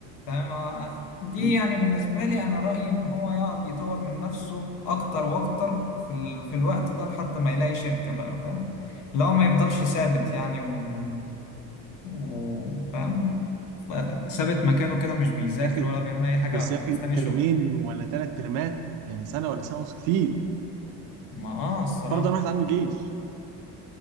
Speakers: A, on the left (about 60°); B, on the right (about 60°).
A: فاهم آه، دي
B: مم.
A: يعني بالنسبة لي أنا رأيي إن هو يقعد يطور من نفسه أكتر وأكتر في, ال... في الوقت ده لحد ما يلاقي شركة بقى فاهم لو ما يفضلش ثابت يعني و... و... فاهم ف- ثابت مكانه كده مش بيذاكر
B: يا اخي
A: ولا بيعمل أي حاجة
B: بس يا اخي
A: مستني
B: ترمين
A: شغل
B: ولا ثلاث ترمات يعني سنة ولا سنة ونص كتير
A: ما آه الصراحة
B: فرضا واحد عنده جيش